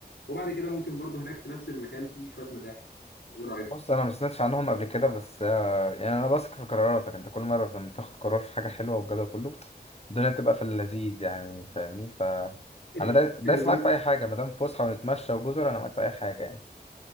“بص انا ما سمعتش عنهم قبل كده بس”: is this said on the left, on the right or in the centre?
Left